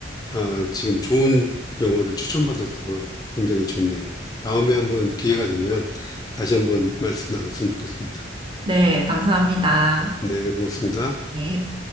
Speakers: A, on the left; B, on the right.
A: 아, 지금 좋은 영화를 추천받아서 굉장히 좋네요. 다음에 한번 기회가 되면 다시 한번 말씀 나눴으면 좋겠습니다.
B: 네, 감사합니다.
A: 네, 고맙습니다.
B: 네.